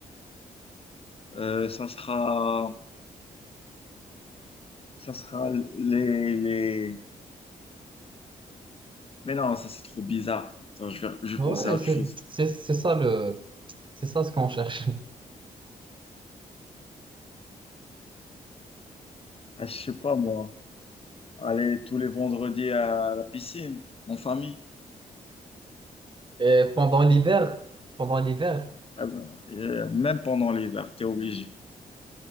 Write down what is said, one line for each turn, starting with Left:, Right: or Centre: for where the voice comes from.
Left: Euh, ça sera, ça sera les, les... Mais non, ça c'est trop bizarre. Attends, je vais, je vais
Right: Ouais,
Left: penser à autre
Right: c'est
Left: chose.
Right: c'est- c'est ça le, c'est ça ce qu'on cherche.
Left: Ah, je sais pas moi. Aller tous les vendredis à la piscine, en famille.
Right: Et pendant l'hiver, pendant l'hiver,
Left: Ah ben, euh, même pendant l'hiver, t'es obligé.